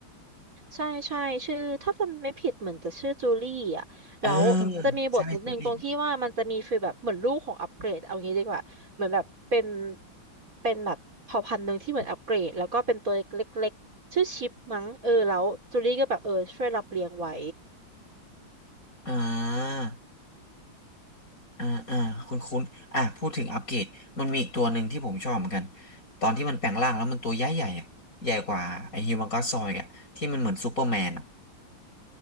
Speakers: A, on the right (about 45°); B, on the left (about 40°).
A: ใช่ใช่ชื่อถ้าจำไม่ผิดเหมือนจะชื่อจูลี่อ่ะแล้วจะมีบทนิดนึงตรงที่ว่ามันจะมีฟีลแบบเหมือนลูกของอัปเกรดเอางี้ดีกว่าเหมือนแบบเป็น
B: เออใช่คุณลี่
A: เป็นแบบเผ่าพันธุ์หนึ่งที่เหมือนอัปเกรดแล้วก็เป็นตัวเล็กๆชื่อชิปมั้งเออแล้วจูลี่ก็แบบเออช่วยรับเลี้ยงไว้
B: อ่า อ่าอ่าคุณคุณอ่าพูดถึงอัปเกรดมันมีอีกตัวหนึ่งที่ผมชอบเหมือนกันตอนที่มันแปลงร่างแล้วมันตัวใหญ่ใหญ่อะใหญ่กว่าไอ้ฮิวแมนก็อดซอยด์อ่ะที่มันเหมือนซูเปอร์แมนอ่ะ